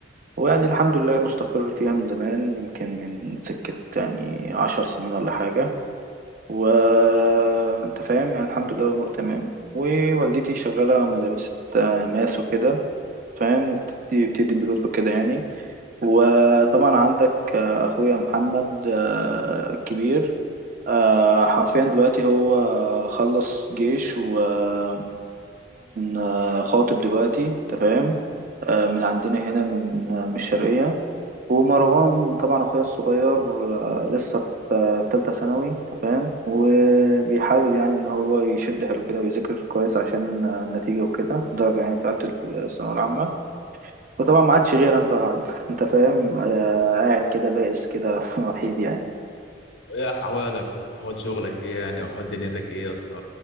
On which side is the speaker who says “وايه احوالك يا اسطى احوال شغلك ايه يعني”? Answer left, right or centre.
Left